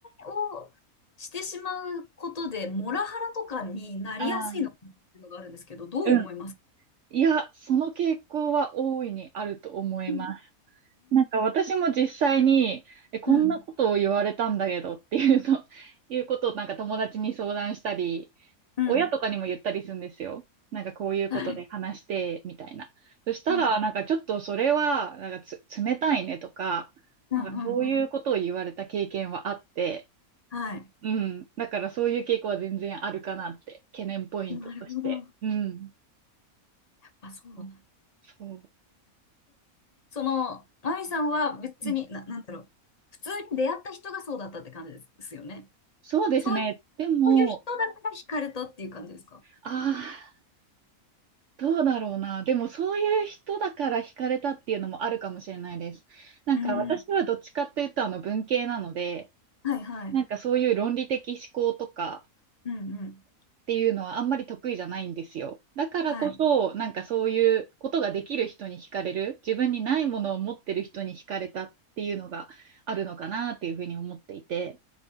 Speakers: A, on the left (about 30°); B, on the right (about 60°).
A: メをしてしまうことで、モラハラとかになりやすいのかなっていうのがあるんですけど、
B: ああ、
A: どう思いますか
B: うん。いや、その傾向は大いにあると思います。
A: うん、
B: なんか私も実際に、え、こんなことを言われたんだけどっていうと、
A: うん、
B: <laughs> いうことをなんか友達に相談したり、
A: うん、
B: 親とかにも言ったりするんですよ。なんかこういうことで話して、
A: はい、
B: みたいな。そしたら、
A: うん、
B: なんかちょっとそれは、なんかつ、冷たいねとか、
A: うん、
B: なんかそういうことを言われた経験はあって、
A: うん、うんはい。
B: うん。だからそういう傾向は全然あるかなって、懸念ポイントとして。
A: なるほど。やっ
B: うん。
A: ぱそうなんだ。
B: そう。そう
A: その、マミさんは別に、
B: うん
A: な、なんだろう。普通に出会った人がそうだったって感じですよね。
B: そうですね。
A: そういう、
B: でも、
A: そういう人だから惹かれたっていう感じですか
B: ああ、どうだろうな。でもそういう人だから惹かれたっていうのもあるかもしれないです。なんか私はどっちかっていうとあの文系なので、
A: うん。はいはい。
B: なんかそういう論理的思考とか
A: うんうん。
B: っていうのはあんまり得意じゃないんですよ。だからこそ、
A: はい。
B: なんかそういうことができる人に惹かれる、自分にないものを持ってる人に惹かれたっていうのがあるのかなっていうふうに思っていて。